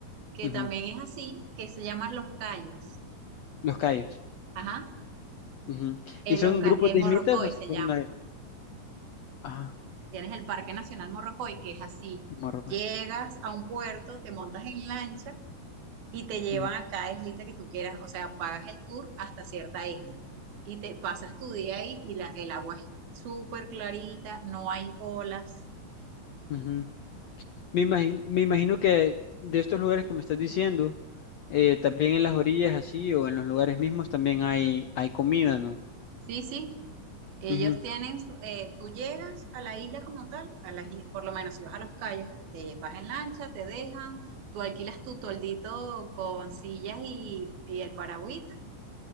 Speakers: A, on the right; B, on the left.
A: que
B: ujú.
A: también es así, que se llaman los callos.
B: Los Cayos.
A: Ajá.
B: ujú.
A: Eh,
B: ¿Y son
A: los, ca-
B: grupos
A: eh,
B: de
A: Morrocoy
B: islitas o
A: se
B: son
A: llama.
B: una... Ah,
A: Tienes el Parque Nacional Morrocoy, que es así.
B: Marruecos.
A: Llegas a un puerto, te montas en lancha y te llevan
B: Mm,
A: a cada islita que tú quieras. O sea, pagas el tour hasta cierta isla y te pasas tu día ahí y la, el agua es súper clarita, no hay olas.
B: ujú. Me imagino, me imagino que de estos lugares que me estás diciendo, eh, también en las orillas así o en los lugares mismos también hay, hay comida, ¿no?
A: Sí, sí. Ellos
B: Ujú,
A: tienen, su- eh, tú llegas a la isla como tal, a las, is- por lo menos si vas a Los Cayos, te vas en lancha, te dejan, tú alquilas tu toldito con sillas y, y el paragüita